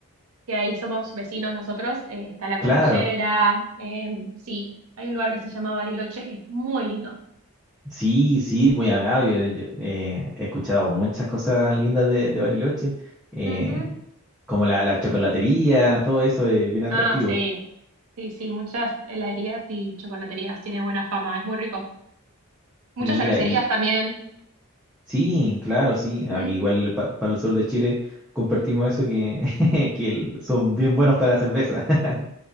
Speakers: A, on the right; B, in the centre.
A: que ahí somos vecinos nosotros, eh, está la
B: Claro.
A: cordillera, eh, sí, hay un lugar que se llama Bariloche que es muy lindo.
B: Sí, sí, muy hablado. Yo, yo, eh, he escuchado muchas cosas lindas de, de Bariloche, eh,
A: Ujú.
B: como la, la chocolatería, todo eso es bien atractivo.
A: Ah, sí, sí, sí, muchas heladerías y chocolaterías, tiene buena fama, es muy rico. Muchas
B: Mira,
A: cervecerías
B: y
A: también.
B: sí, claro, sí,
A: Ujú.
B: aquí igual pa- para el sur de Chile compartimos eso que, <laughs> que el- son bien buenos para la cerveza. <laughs>